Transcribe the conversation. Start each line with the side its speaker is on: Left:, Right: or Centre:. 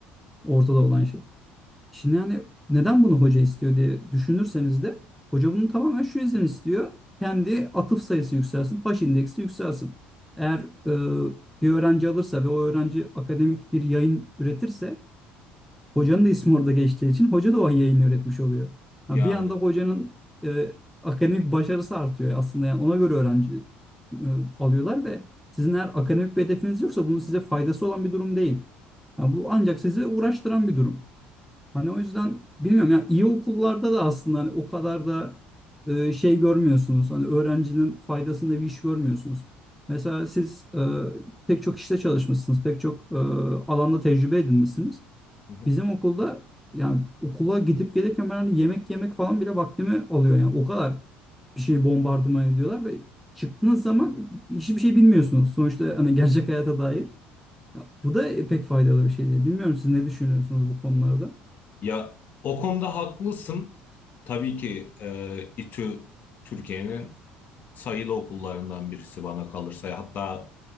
Centre: ortada olan şey. Şimdi yani neden bunu hoca istiyor diye düşünürseniz de hoca bunu tamamen şu yüzden istiyor. Kendi atıf sayısı yükselsin, H indeksi yükselsin. Eğer e, bir öğrenci alırsa ve o öğrenci akademik bir yayın üretirse Hocanın da ismi orada geçtiği için hoca da o yayını üretmiş oluyor.
Left: yani.
Centre: Ha, bir anda hocanın e, akademik başarısı artıyor aslında. Yani ona göre öğrenci e, alıyorlar ve sizin eğer akademik bir hedefiniz yoksa bunun size faydası olan bir durum değil. Ha, bu ancak sizi uğraştıran bir durum. Hani o yüzden bilmiyorum yani iyi okullarda da aslında hani o kadar da e, şey görmüyorsunuz. Hani öğrencinin faydasında bir iş görmüyorsunuz. Mesela siz e, pek çok işte çalışmışsınız, pek çok e, alanda tecrübe edinmişsiniz.
Left: Hı
Centre: Bizim okulda yani okula gidip gelirken ben hani yemek yemek falan bile vaktimi alıyor yani o kadar bir şey bombardıman ediyorlar ve çıktığınız zaman hiçbir şey bilmiyorsunuz sonuçta hani
Left: hı.
Centre: gerçek hayata dair. Ya bu da pek faydalı bir şey değil. Bilmiyorum siz ne düşünüyorsunuz bu konularda?
Left: Ya o konuda haklısın. Tabii ki e, İTÜ Türkiye'nin sayılı okullarından birisi bana kalırsa. Hatta